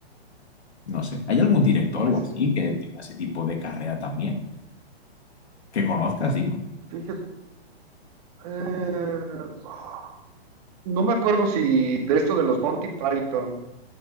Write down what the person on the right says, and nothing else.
pues
sí,
fíjate, eh, ah, no me acuerdo si de esto de los Monty Python,